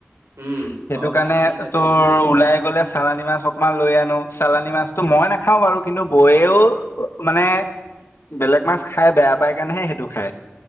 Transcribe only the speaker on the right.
উম
অ চালানি খাই চাগে
ন